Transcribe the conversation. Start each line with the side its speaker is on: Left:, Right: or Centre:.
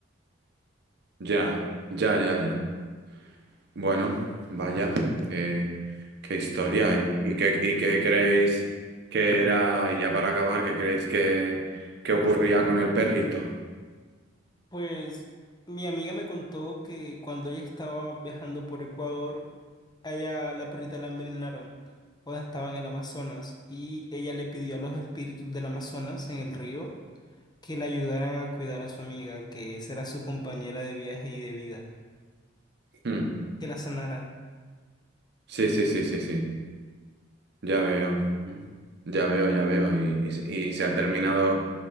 Right: ya, ya, ya, ya. Bueno, vaya, qué, qué historia. ¿Y, y qué, y qué creéis que era, y ya para acabar, qué creéis que, que ocurría con el perrito?
Left: Pues mi amiga me contó que cuando ella estaba viajando por Ecuador, a ella la perrita la envenenaron cuando estaba en el Amazonas y ella le pidió a los espíritus del Amazonas en el río que la ayudaran a cuidar a su amiga, que esa era su compañera de viaje y de vida,
Right: Mm.
Left: que la sanaran.
Right: Sí, sí, sí, sí, sí, ya veo. Mm. Ya veo, ya veo. Y, y se y se ha terminado